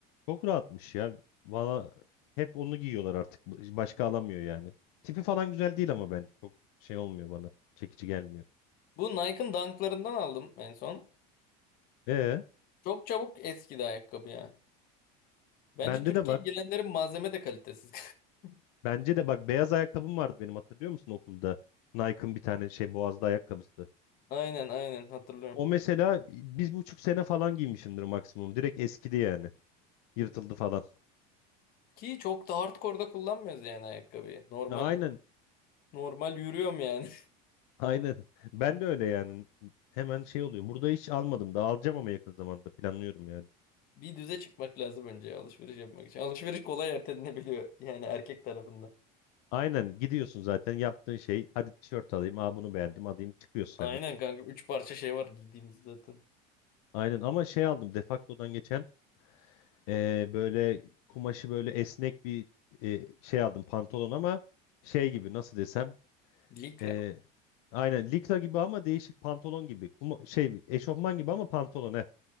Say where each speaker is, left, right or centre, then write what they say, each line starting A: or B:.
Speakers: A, on the left; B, on the left.
A: Çok rahatmış ya. Valla hep onu giyiyorlar artık. Başka alamıyor yani. Tipi falan güzel değil ama bence. Çok şey olmuyor bana. Çekici gelmiyor.
B: Bu Nike'ın Dunk'larından aldım en son.
A: E
B: Çok çabuk eskidi ayakkabı ya. Bence
A: bende
B: Türkiye'ye
A: de var.
B: gelenlerin malzeme de kalitesiz. <laughs>
A: Bence de bak beyaz ayakkabım vardı benim hatırlıyor musun okulda? Nike'ın bir tane şey boğazlı ayakkabısı.
B: Aynen aynen hatırlıyorum.
A: O mesela bir buçuk sene falan giymişimdir maksimum. Direkt eskidi yani. Yırtıldı falan.
B: Ki çok da hardcore'da kullanmıyoruz yani ayakkabıyı. Normal
A: Ya aynen.
B: normal yürüyorum yani.
A: Aynen. <laughs> Ben de öyle yani. Hemen şey oluyor. Burada hiç almadım da alacağım ama yakın zamanda planlıyorum yani.
B: <laughs> Bir düze çıkmak lazım önce alışveriş yapmak için. Alışveriş kolay ertelenebiliyor yani erkek tarafından.
A: Aynen gidiyorsun zaten yaptığın şey. Hadi tişört alayım. Aa bunu beğendim alayım. Çıkıyorsun
B: Aynen
A: hemen.
B: kanka. Üç parça şey var giydiğimiz zaten.
A: Aynen ama şey aldım Defacto'dan geçen eee, böyle kumaşı böyle esnek bir eee, şey aldım pantolon ama şey gibi nasıl desem
B: Likra.
A: Ee, aynen likra gibi ama değişik pantolon gibi. Kuma- şey eşofman gibi ama pantolon he.